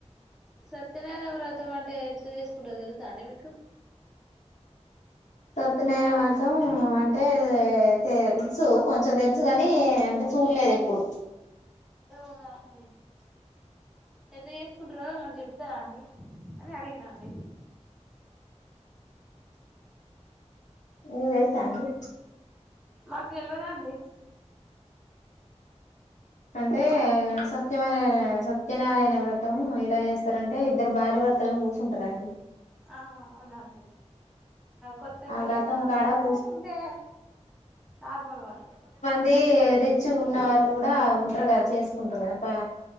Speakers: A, in the centre; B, on the left.
A: సత్యనారాయ వ్రతం అంటే ఎట్లా చేసుకుంటావో తెలుసా అండి మీకు
B: సత్తనయన వసం అంటే తెల్సు కొంచెం తెలుసు కాని అంటే చూళ్ళేదు ఎప్పుడు
A: అవునా అండి ఎట్ల చేసుకుంట్రో నాకు చెప్తారండి అని అడిగినా అండి
B: మీకు తెలుసా అండి
A: మాకు తెలవద అండి <inaudible>
B: అంటే సత్యమై సత్యనారాయణ వ్రతం ఏలా చేస్తారంటే ఇద్దరు భార్య భర్తలను కూర్సుఓం టారండి
A: ఆ అవునా అండి కొత్త
B: ఆ
A: పెళ్లైన
B: వ్రతం
A: వాళ్ళ
B: కాడ కూస్
A: లేకుంటే నార్మల్ వాళ్ళ
B: అది రిచ్ ఉన్న వాళ్ళు కూడా ఉన్టర్ గా చేసుకుంటార్గా బా